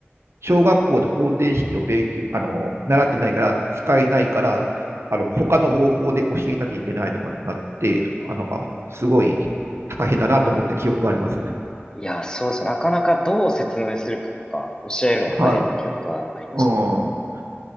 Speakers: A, on the right; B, on the left.
A: 小学校で方程式を勉強、あの、習ってないから、使えないから、あの、他の方法で教えなきゃいけないとかになって、あの、すごい大変だなと思った記憶があります。
B: いや、そうですね。なかなかどう説明するかとか、教えるのも大変な記憶はありましたね。
A: はい。うん。